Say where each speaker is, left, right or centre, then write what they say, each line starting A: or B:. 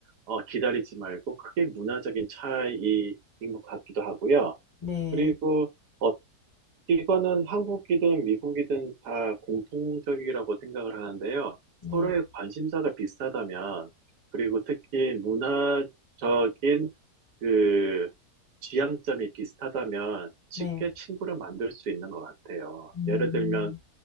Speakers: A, on the right; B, on the left.
A: 어, 기다리지 말고, 크게 문화적인 차이인 것 같기도 하고요.
B: 네,
A: 그리고, 어, 이거는 한국이든 미국이든 다 공통적이라고 생각을 하는데요.
B: 네,
A: 서로의 관심사가 비슷하다면, 그리고 특히 문화적인 그 지향점이 비슷하다면 쉽게
B: 네,
A: 친구를 만들 수 있는 것 같아요.
B: 음,
A: 예를 들면